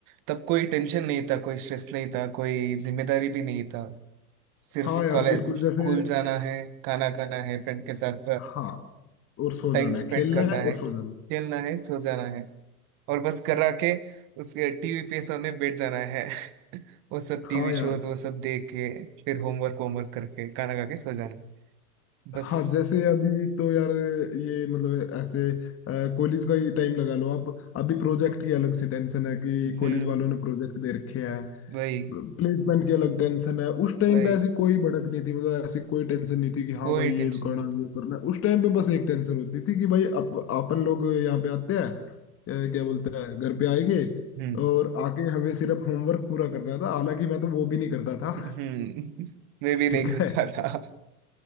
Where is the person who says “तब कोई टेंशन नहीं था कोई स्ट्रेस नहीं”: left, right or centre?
Right